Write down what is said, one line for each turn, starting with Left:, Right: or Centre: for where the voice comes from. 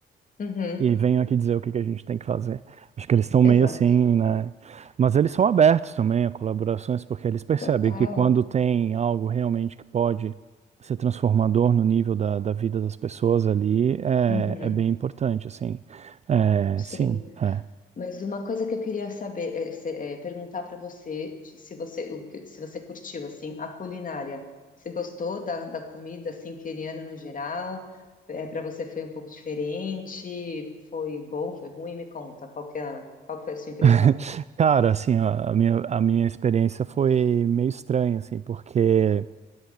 Left: Uhum,
Right: e venham aqui dizer o que que a gente tem que fazer. Acho que eles estão meio
Left: exato.
Right: assim, né? Mas eles são abertos também a colaborações, porque eles percebem
Left: Total.
Right: que quando tem algo realmente que pode ser transformador no nível da, da vida das pessoas ali, é,
Left: Uhum,
Right: é bem importante, assim. É,
Left: sim,
Right: sim, é.
Left: mas uma coisa que eu queria saber, é, se- é, perguntar para você, de- se você, o que- se você curtiu, assim, a culinária. Você gostou da, da comida, assim, queriana no geral? É, para você foi um pouco diferente? Foi bom, foi ruim? Me conta, qual que é, a- qual que foi a sua impressão?
Right: <laughs> Cara, assim, a, a minha, a minha experiência foi meio estranha, assim, porque